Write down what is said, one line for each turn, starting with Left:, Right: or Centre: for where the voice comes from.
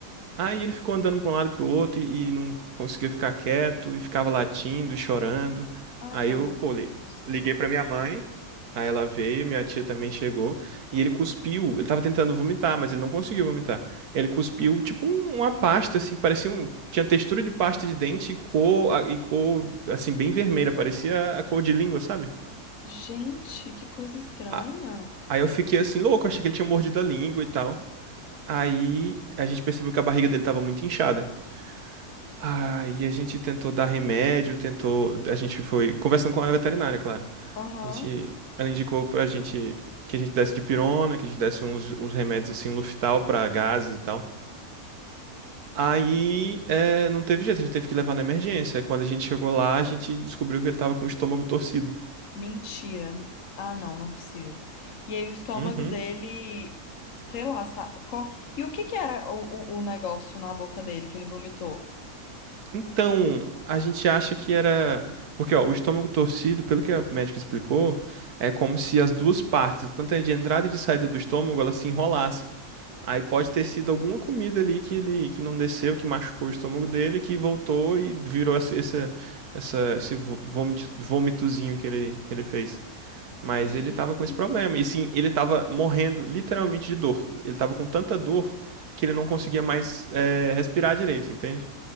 Right: Aí ele ficou andando para um lado e pro outro e, e não conseguia ficar quieto e ficava latindo e chorando.
Left: Ah,
Right: Aí
Left: não,
Right: eu, pô,
Left: meu
Right: li-
Left: Deus.
Right: liguei para minha mãe. Aí ela veio, minha tia também chegou, e ele cuspiu. Ele tava tentando vomitar, mas ele não conseguiu vomitar. Ele cuspiu tipo um- uma pasta assim, que parecia um, tinha textura de pasta de dente e cor, a- e cor assim bem vermelha, parecia a cor de língua, sabe?
Left: Gente, que coisa estranha.
Right: A- Aí eu fiquei assim louco, achei que ele tinha mordido a língua e tal. Aí a gente percebeu que a barriga dele tava muito inchada. Aí a gente tentou dar remédio, tentou. A gente foi conversando com a veterinária, claro.
Left: Aham.
Right: A gente, ela indicou pra gente que a gente desse dipirona, que a gente desse uns, uns remédios assim, um Luftal pra gases e tal. Aí é, não teve jeito, a gente teve que levar na emergência. Quando a gente chegou lá, a gente descobriu que ele tava com o estômago torcido.
Left: Mentira. Ah, não, não é possível. E aí o estômago
Right: Uhum.
Left: dele, sei lá, sa- E o que que era o, o, o negócio na boca dele que ele vomitou?
Right: Então, a gente acha que era. Porque, ó, o estômago torcido, pelo que a médica explicou, é como se as duas partes, tanto a de entrada e de saída do estômago, elas se enrolassem. Aí pode ter sido alguma comida ali que ele que não desceu, que machucou o estômago dele, que voltou e virou esse, essa, essa- esse vô- vômito, vômitozinho que ele, que ele fez. Mas
Left: Gente.
Right: ele tava com esse problema. E sim, ele tava morrendo literalmente de dor. Ele tava com tanta dor que ele não conseguia mais eh, respirar direito, entende?